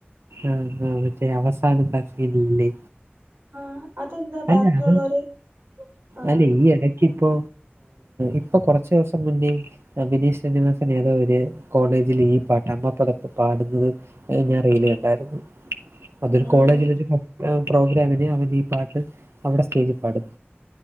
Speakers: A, on the right (about 85°); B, on the right (about 60°).
A: ആഹ് ആ മറ്റേ അവസാന ഹഫില് ഇല്ലേ
B: ആ അതെന്താ ബാക്കിയുള്ളവര്
A: അല്ല അത്
B: ആ
A: അല്ലേ ഈ എട ഇപ്പോ ഇപ്പോ കുറച്ചു ദിവസം മുന്നേ വിനീഷ് ശ്രീനിവാസൻ ഏതോര് കോളേജിൽ ഈ പാട്ടാ അമ്മ പുതപ്പ് പാടുന്നത് ഞാൻ റീല് കണ്ടായിരുന്നു അതൊരു
B: ഉം
A: കോളേജിലൊരു പ്രോഗ്രാമിന് അവന് ഈ പാട്ട് അവിടെ സ്റ്റേജി പാടും